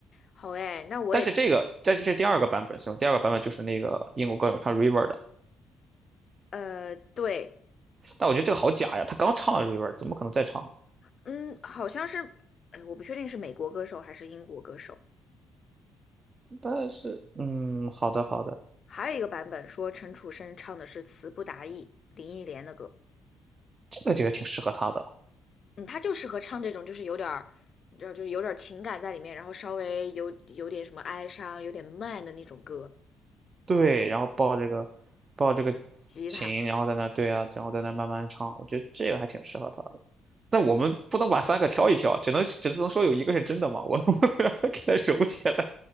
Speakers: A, on the left (about 50°); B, on the right (about 35°).
A: 好哎，那我也
B: 但是这个，但是这第二个版本是吧？第二个版本就是那个英国歌手唱 River 的，
A: 呃，对，
B: 但我觉得这个好假呀，他刚唱了 River，怎么可能再唱？
A: 嗯，好像是，哎，我不确定是美国歌手还是英国歌手。
B: 但是，嗯，好的好的，
A: 还有一个版本说陈楚生唱的是词不达意，林忆莲的歌。
B: 这个觉得挺适合他的。
A: 嗯，他就适合唱这种，就是有点儿，你知道，就是有点儿情感在里面，然后稍微有有点什么哀伤，有点慢的那种歌。
B: 对，然后抱这个抱这个
A: 吉他。
B: 琴，然后在那儿对啊，然后在那儿慢慢唱，我觉得这个还挺适合他的。但我们不能把三个挑一挑，只能只能说有一个是真的嘛，我 <laughs> 不能让他给他揉起来。